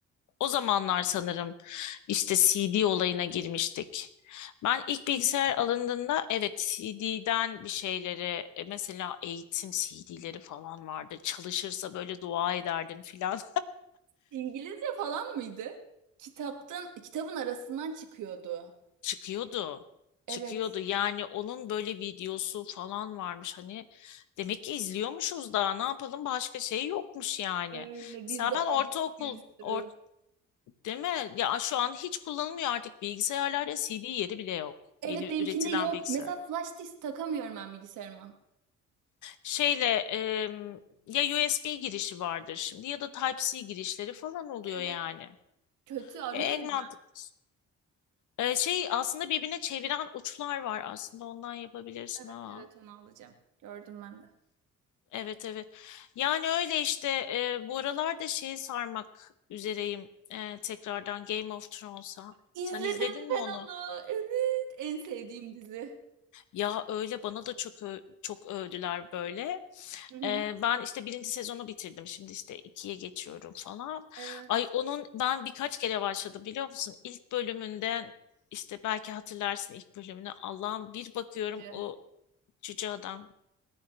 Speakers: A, on the left (about 75°); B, on the right (about 85°).
A: O zamanlar sanırım işte CD olayına girmiştik. Ben ilk bilgisayar alındığında evet CD'den bir şeyleri e, mesela eğitim CD'leri falan vardı. Çalışırsa böyle dua ederdin filan.
B: İngilizce falan mıydı? Kitaptan, kitabın arasından çıkıyordu.
A: <laughs> Çıkıyordu.
B: Evet.
A: Çıkıyordu. Yani onun böyle videosu falan varmış. Hani demek ki izliyormuşuz daha ne yapalım başka şey yokmuş yani.
B: Öyle
A: Mesela
B: biz de orada
A: ben ortaokul
B: bir sürü.
A: or, değil mi? Ya şu an hiç kullanılmıyor artık bilgisayarlarda CD yeri bile yok.
B: Evet
A: Yeni
B: benimkinde
A: üretilen
B: yok.
A: bilgisayar.
B: Mesela flash disk takamıyorum ben bilgisayarıma.
A: Şeyle em, ya USB girişi vardır şimdi ya da Type-C girişleri falan oluyor
B: Evet.
A: yani.
B: Kötü arıyorum.
A: E, en mantıklı. E, şey aslında birbirine çeviren uçlar var aslında ondan yapabilirsin
B: Evet
A: ha.
B: evet onu alacağım. Gördüm ben de.
A: Evet evet. Yani öyle işte e, bu aralar da şeyi sarmak üzereyim e, tekrardan Game of Thrones'a.
B: İzledim
A: Sen izledin mi
B: ben
A: onu?
B: onu. Evet. En sevdiğim dizi.
A: Ya öyle bana da çok ö- çok övdüler böyle.
B: Hı hı.
A: Ee, ben işte birinci sezonu bitirdim. Şimdi işte ikiye geçiyorum falan.
B: Evet.
A: Ay onun ben birkaç kere başladım biliyor musun? İlk bölümünden işte belki hatırlarsın ilk bölümünü. Allah'ım bir bakıyorum
B: Cü.
A: o cüce adam.